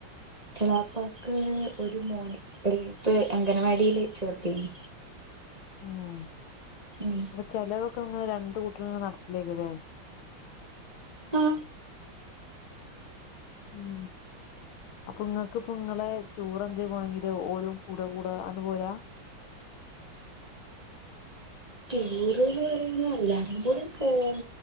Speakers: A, on the right (about 20°); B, on the left (about 85°).
A: എളാപ്പാക്ക് ഒരു മോന് യൽ പ്പൊ അംഗനവാടില് ചേർത്തീണ്
B: ഉം
A: ഉം
B: അപ്പൊ ചെലവൊക്കെ ങ്ങള് രണ്ട് കൂട്ടരും നട്ത്തലേകുലെ
A: ആ
B: ഉം അപ്പൊങ്ങക്ക് പ്പൊ ങ്ങളെ ടൂറന്തേ പോണങ്കില് ഓരും കൂട കൂട അന്ന്പോരാ
A: ട്ടുർ ന്ന് പറയുമ്പോ എല്ലാരും കൂടെ പോവും